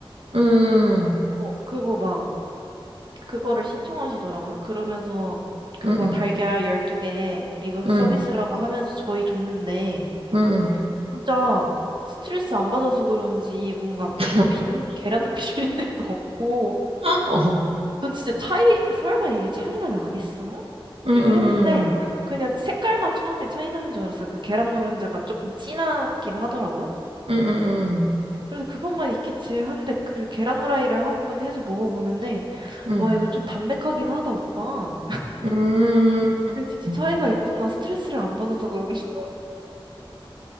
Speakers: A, on the right (about 80°); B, on the right (about 55°).
A: 응,
B: 어, 그거 막 그거를 신청하시더라고요. 그러면서 그거
A: 응,
B: 달걀 12개 이거 서비스라고
A: 응,
B: 하면서 저희 줬는데
A: 응, 응.
B: 진짜 스트레스 안 받아서 그런지 뭔가
A: <laughs>
B: 그런 비린 계란 <laughs> 비린내도 없고
A: 어,
B: 전 진짜 차이 설마 이게 차이가 나겠어?
A: 응,
B: 그래서
A: 응,
B: 했는데
A: 응,
B: 그냥 색깔만 처음에 차이 나는 줄 알았어요. 그 계란 노른자가 조금 진하긴 하더라고요.
A: 응, 응,
B: 그래서 그것만 있겠지 한데 그 계란 후라이를 한번 해서 먹어보는데
A: 응, 응.
B: 와 이거 좀 담백하긴 하다 오빠.
A: 응.
B: 근데 진짜
A: 응.
B: 차이가 있구나. 스트레스를 안 받아서 그런가? <laughs>